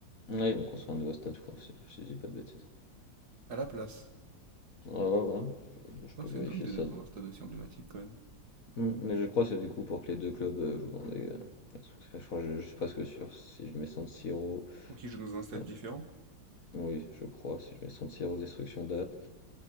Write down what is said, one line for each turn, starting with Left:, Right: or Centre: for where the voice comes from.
Left: Ouais, ils vont construire un nouveau stade, je crois, si si je dis pas de bêtises.
Right: à la place.
Left: Ouais, ouais, ouais, je, je
Right: Oh,
Left: peux
Right: c'est
Left: vérifier
Right: dingue de
Left: ça.
Right: défendre un stade aussi emblématique quand même.
Left: Hmm, Mais je crois que c'est du coup pour que les deux clubs euh, jouent dans des. euh, je crois, je, je suis presque sûr. Si je mets San Siro.
Right: Pour qu'ils jouent dans un stade
Left: ouais,
Right: différent?
Left: Oui, je crois, si je mets San Siro destruction date.